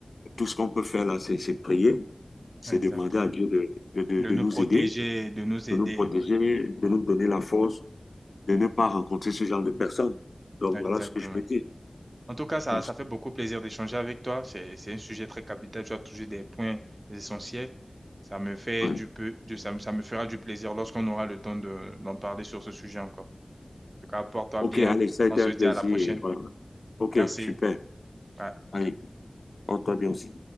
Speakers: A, on the left; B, on the right.
A: Tout ce qu'on peut faire là, c'est c'est prier, c'est
B: exactement.
A: demander à Dieu de, de, de-
B: De
A: de
B: nous
A: nous
B: protéger,
A: aider,
B: de nous aider.
A: de nous protéger, de
B: Mhm.
A: nous donner la force, de ne pas rencontrer ce genre de personnes. Donc
B: Exactement.
A: voilà ce que je peux dire.
B: En tout cas, ça,
A: Ok,
B: ça fait beaucoup plaisir d'échanger avec toi. C'est, c'est un sujet très capital. Tu as touché des points essentiels. Ça me fait
A: Ouais.
B: du peu, du- ça, me ça me fera du plaisir lorsqu'on aura le temps de, d'en parler sur ce sujet encore. En tout cas, porte-toi
A: Ok,
B: bien.
A: allez, ça a été
B: On se
A: un
B: dit
A: plaisir.
B: à la prochaine.
A: Voilà. Ok,
B: Merci.
A: super.
B: Ouais.
A: Allez, on toi bien aussi.